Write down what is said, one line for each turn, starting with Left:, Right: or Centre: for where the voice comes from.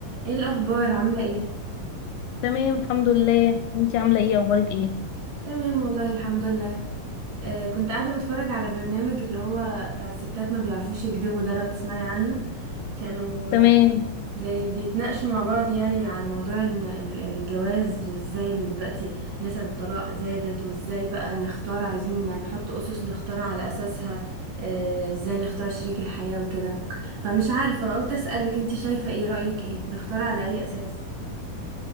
Right: ايه الاخبار عامله ايه
Left: تمام الحمد لله انتي عامله ايه اخبارك ايه
Right: تمام والله الحمد لله آه كنت قاعده بتفرج على برنامج اللي هو بتاع الستات ما بيعرفوش يكذبوا ده لو تسمعي عنه كانوا
Left: تمام
Right: آه، جاي بيتناقشوا مع بعض يعني على موضوع ال- ال- الجواز وازاي ال- دلوقتي نسب الطلاق زادت وازاي بقى نختار عايزين يعني نحط اسس نختار على اساسها آه، ازاي نختار شريك الحياه وكده فمش عارفه قلت اسالك انت شايفه ايه رايك ايه نختار على اي اساس